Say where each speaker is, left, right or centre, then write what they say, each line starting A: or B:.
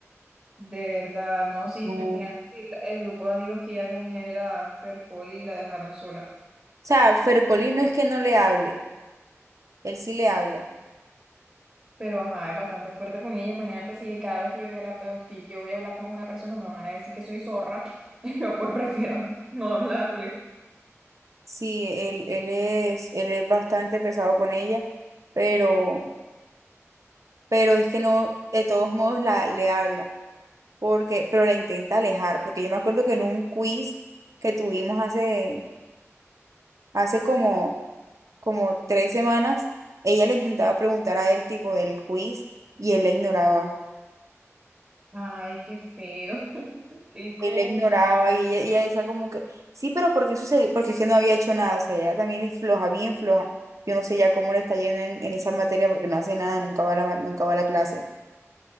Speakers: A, on the right (about 35°); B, on the right (about 85°).
A: De verdad, no, sí,
B: No.
A: es
B: O
A: que mira, el, el grupo de amigos que ella tenía era Fercoli y la dejaron sola.
B: sea, Fercolín no es que no le hable, él sí le habla.
A: Pero ajá, es bastante fuerte con ella. Imagínate si cada vez que yo voy a hablar, eh, que yo voy a hablar con una persona me van a decir que soy zorra. <laughs> Yo pues prefiero <laughs> no hablarle.
B: Sí, él, él es, él es bastante pesado con ella, pero, pero es que no, de todos modos la, le habla, porque, pero la intenta alejar, porque yo me acuerdo que en un quiz que tuvimos hace, hace como, como tres semanas, ella le intentaba preguntar a él tipo del quiz y él la ignoraba.
A: Ay, qué feo, <laughs> qué incómodo.
B: y la ignoraba y ella, y ella decía como que, sí, pero ¿por qué sucedió? Porque es que no había hecho nada, o sea, ella también es floja, bien floja. Yo no sé ya cómo le está yendo en, en esa materia porque no hace nada, nunca va a la, ma- nunca va a la clase.